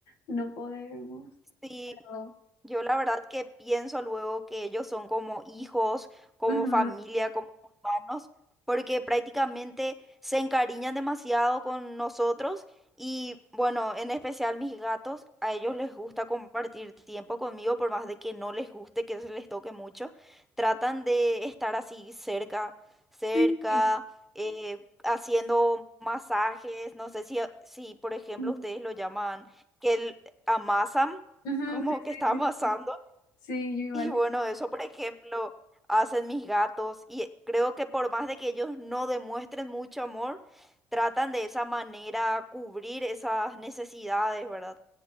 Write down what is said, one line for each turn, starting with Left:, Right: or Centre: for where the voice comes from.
Left: no podemos.
Centre: Sí,
Left: Pero,
Centre: Yo la verdad que pienso luego que ellos son como hijos, como
Left: ujú.
Centre: familia, como hermanos, porque prácticamente se encariñan demasiado con nosotros y bueno, en especial mis gatos, a ellos les gusta compartir tiempo conmigo, por más de que no les guste, que se les toque mucho, tratan de estar así cerca, cerca,
Left: Sí,
Centre: eh, haciendo masajes, no sé si, si por ejemplo
Left: Ujú,
Centre: ustedes lo llaman, que el- amasan
Left: sí,
Centre: como que
Left: sí,
Centre: está pasando.
Left: sí, sí, Sí, yo igual.
Centre: Y bueno, eso, por ejemplo, hacen mis gatos y creo que por más de que ellos no demuestren mucho amor, tratan de esa manera cubrir esas necesidades, ¿verdad?